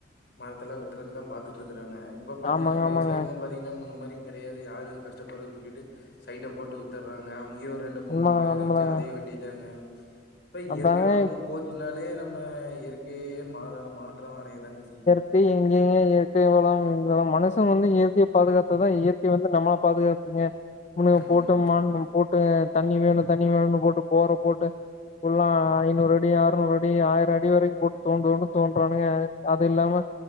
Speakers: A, on the left; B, on the left.
A: மரத்துல வெட்டுறக்குதா பாத்துட்டு இருக்கு ங்க இப்ப பாத்தீங்கனா
B: ஆமாங்க
A: விவசாயமு
B: ஆமாங்க
A: பாத்தீங்கனா முன்ன மாரி கெடையாது யாரு அது கஷ்டப்பட்றதுன்னு சொல்லிட்டு சைட்ட போட்டு வித்துறாங்க அங்கயே ரெண்டு மூணு
B: உண்மதாங்க
A: மர இருந்துச்சு
B: உண்மதாங்க
A: அதயு வெட்டிட்டாங்க இப்ப இயற்கை
B: அதாங்க
A: வளமும் போச்சுன்னாலே நம்ம இயற்கையையே மாற மாத் ற்றொ அடய தாங்க செய்யு
B: இப்பையு எங்கங்க இயற்கை வளம் <unintelligible> மனுச வந்து இயற்கைய பாதுகாத்தா தா இயற்கை வந்து நம்மள பாதுக்காக் ங்க <unintelligible>
A: ம்.
B: போட்டு <unintelligible> போட்டு தண்ணி வேணு தண்ணி வேணுன்னு போட்டு போரப் போட்டு ஃபுல்லா ஐநூறடி ஆற்நூறடி ஆயிரடி வரைக்கு போட்டு தோண்ட் தோண்டுன்னு தோண்றானுங்க அதில்லாம